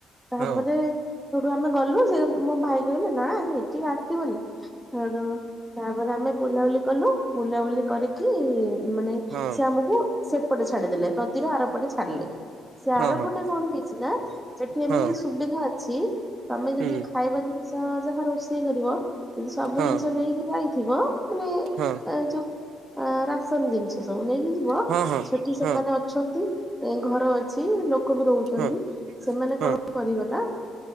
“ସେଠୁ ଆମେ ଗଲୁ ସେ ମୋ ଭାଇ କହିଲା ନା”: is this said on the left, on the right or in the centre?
Centre